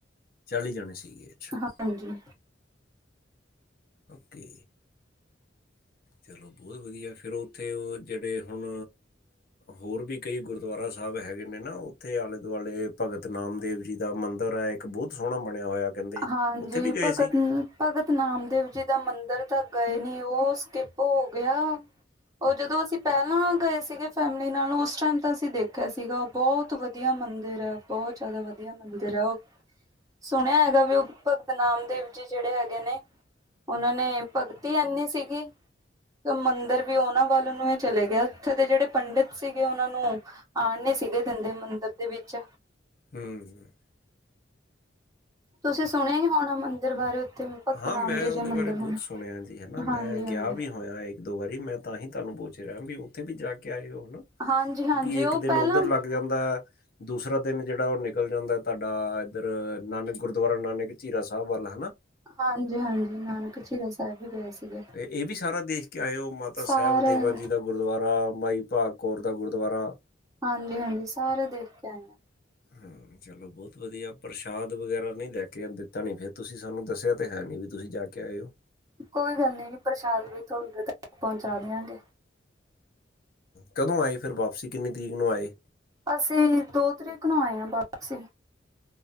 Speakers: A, on the left (about 50°); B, on the right (about 20°).
A: ਚਾਲੀ ਜਾਣੇ ਸੀਗੇ। ਅੱਛਾ
B: ਹਾਂਜੀ
A: ਓਕੇ
B: ਹ
A: ਚਲੋ ਬਹੁਤ ਵਧੀਆ। ਫਿਰ ਉੱਥੇ ਉਹ ਜਿਹੜੇ ਹੁਣ ਹੋਰ ਵੀ ਕਈ ਗੁਰ। ਗੁਰਦੁਆਰਾ ਸਾਹਿਬ ਹੈਗੇ ਨੇ ਨਾ ਉੱਥੇ ਆਲੇ ਦੁਆਲੇ ਭਗਤ ਨਾਮਦੇਵ ਜੀ ਦਾ ਮੰਦਰ ਹੈ, ਇੱਕ ਬਹੁਤ ਸੋਹਣਾ ਬਣਿਆ ਹੋਇਆ। ਕਹਿੰਦੇ
B: ਹਾਂਜੀ,
A: ਉੱਥੇ ਵੀ ਗਏ
B: ਭਗਤ
A: ਸੀ
B: ਭਗਤ ਨਾਮਦੇਵ ਜੀ ਦਾ ਮੰਦਿਰ ਤਾਂ ਗਏ ਨੀ, ਉਹ ਸਕਿਪ ਹੋ ਗਿਆ। ਉਹਰ ਜਦੋਂ ਅਸੀਂ ਪਹਿਲਾਂ ਗਏ ਸੀਗੇ ਫੈਮਿਲੀ ਨਾਲ, ਉਸ ਟਾਈਮ ਤਾਂ ਅਸੀਂ ਦੇਖਿਆ ਸੀਗਾ ਬਹੁਤ ਵਧੀਆ ਮੰਦਿਰ ਹੈ। ਬਹੁਤ ਜ਼ਿਆਦਾ ਵਧੀਆਂ ਮੰਦਿਰ ਹੈਂ, ਉਹ ਸੁਣਿਆਂ ਹੈਗਾ। ਭਗਤ ਨਾਮਦੇਵ ਜੀ, ਜਿਹੜੇ ਹੈਗੇ ਨੇ ਉਹਨਾਂ ਨੇ ਭਗਤੀ ਆਨੀ ਸੀਗੀ। ਮੰਦਿਰ ਵੀ ਉਹਨਾਂ ਵੱਲ ਨੂੰ ਇਹ ਚਲੇ ਗਿਆ। ਉੱਥੇ ਦੇ ਜਿਹੜੇ ਪੰਡਿਤ ਸੀਗੇ ਉਹਨਾਂ ਨੂੰ, ਆਉਣ ਨੀ ਸੀਗੇ ਦੰਦੇ ਮੰਦਿਰ ਦੇ ਵਿੱਚ,
A: ਹਮ, ਹਮ
B: ਤੁਸੀਂ ਸੁਣਿਆ ਹੀ ਹੋਣਾ ਮੰਦਿਰ ਬਾਰੇ ਉੱਥੇ ਭਗਤ
A: ਹਾਂ,
B: ਨਾਮਦੇਵ
A: ਮੈਂ ਉਹਦੇ
B: ਜੀ
A: ਬਾਰੇ
B: ਮੰਦਿਰ
A: ਬਹੁਤ ਸੁਣਿਆ ਜੀ ਹੈ। ਹਾਂ, ਮੈਂ
B: ਹਾਂਜੀ ਹਾਂਜੀ
A: ਗਿਆ ਵੀ ਹੋਇਆ। ਇੱਕ ਦੋ ਵਾਰੀ ਮੈਂ ਤਾਂ ਹੀ ਤੁਹਾਨੂੰ ਪੁੱਛ ਰਿਹਾ। ਵੀ ਉੱਥੇ ਵੀ ਜਾ ਕੇ ਆਏ ਹੋ,
B: ਹਾਂਜੀ ਹਾਂਜੀ
A: ਇੱਕ
B: ਉਹ
A: ਦਿਨ
B: ਪਹਿਲਾਂ
A: ਉੱਧਰ ਲੱਗ ਜਾ। ਮੈਂ ਦੂਸਰਾ ਦਿਨ ਜਿਹੜਾ ਉਹ ਨਿਕਲ ਜਾਂਦਾ ਤੁਹਾਡਾ ਇੱਧਰ ਨਾਨਕ ਗੁਰੂਦੁਆਰਾ ਨਾਨਕ। ਚੀਰਾਂ ਸਾਹਿਬ ਵਾਲਾ ਹਨਾ।
B: ਹਾਂਜੀ ਹਾਂਜੀ, ਨਾਨਕ ਚੀਰਾਂ ਸਾਹਿਬ ਵੀ ਗਏ ਸੀਗੇ।
A: ਇਹ ਇਹ ਵੀ ਸਾਰਾ ਦੇਖ ਕੇ ਆਏਓ ਮਾਤਾ
B: ਸਾਰਾ
A: ਸਾਹਿਬ ਦੇਵਾਂ ਜੀ ਦਾ ਗੁਰਦੁਆਰਾ ਮਾਈ ਭਾਗ ਕੌਰ ਦਾ ਗੁਰਦੁਆਰਾ
B: ਹਾਂਜੀ ਹਾਂਜੀ ਸਾਰੇ ਦੇਖ ਕੇ ਆਏ ਹਾ
A: ਹਾਂ ਚਲੋ ਬਹੁਤ ਵਧੀਆ -ਪ੍ਰਸ਼ਾਦ ਵਗੈਰਾ ਨਹੀਂ ਦੇ ਕੇ ਦਿੱਤਾ ਨਹੀਂ ਫਿਰ ਤੁਸੀਂ ਸਾਨੂੰ ਦੱਸਿਆ ਤਾਂ ਹੈ ਨਹੀਂ, ਵੀ ਤੁਸੀਂ ਜਾ ਕੇ ਆਏ ਹੋ।
B: ਕੋਈ ਗੱਲ ਨੀ ਪ੍ਰਸ਼ਾਦ ਵੀ ਤੁਹਾਡੇ ਤੱਕ ਪਹੁੰਚਾ ਦਿਆਂਗੇ।
A: ਕਦੋਂ ਆਏ ਫਿਰ ਵਾਪਸੀ, ਕਿੰਨੀ ਤਰੀਕ ਨੂੰ ਆਏ?
B: ਅਸੀਂ, ਦੋ ਤਰੀਕ ਨੂੰ ਆਏ ਹਾਂ ਵਾਪਸ।